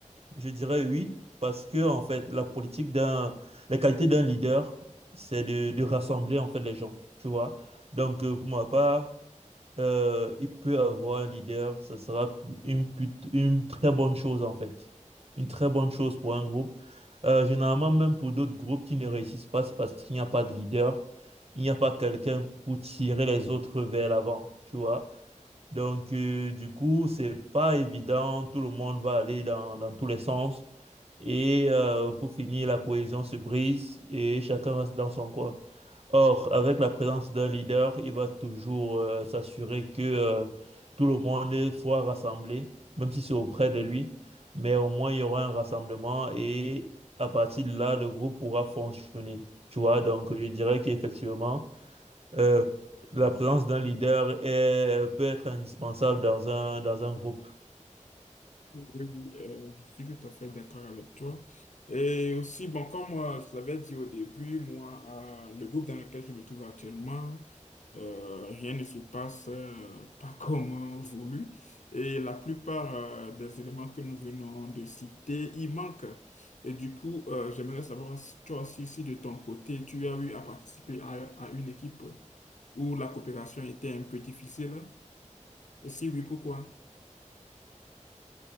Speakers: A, on the right (about 50°); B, on the left (about 70°).
A: je dirais oui, parce que en fait, la politique d'un, la qualité d'un leader, c'est de, de rassembler en fait les gens, tu vois. Donc, euh, pour ma part, euh, il peut avoir un leader, ça sera une, plut- une très bonne chose en fait. Une très bonne chose pour un groupe. Euh, généralement, même pour d'autres groupes qui ne réussissent pas, c'est parce qu'il n'y a pas de leader, il n'y a pas quelqu'un pour tirer les autres vers l'avant, tu vois. Donc, euh, du coup, c'est pas évident. Tout le monde va aller dans, dans tous les sens. Et euh, pour finir, la cohésion se brise et chacun reste dans son coin. Or, avec la présence d'un leader, il va toujours euh, s'assurer que euh, tout le monde soit rassemblé, même si c'est auprès de lui. Mais au moins, il y aura un rassemblement et à partir de là, le groupe pourra fonctionner. Tu vois, donc je dirais qu'effectivement, euh, la présence d'un leader est, peut être indispensable dans un, dans un groupe.
B: Oui, oui, euh, je suis tout à fait d'accord avec toi. Et aussi, bon, comme euh, je l'avais dit au début, moi, euh, le groupe dans lequel je me trouve actuellement, euh, rien ne se passe euh, pas <laughs> comme euh, voulu. Et la plupart euh, des éléments que nous venons de citer, ils manquent. Et du coup, euh, j'aimerais savoir, si toi aussi, si de ton côté, tu as eu à participer à à une équipe où la coopération était un peu difficile. Et si oui, pourquoi?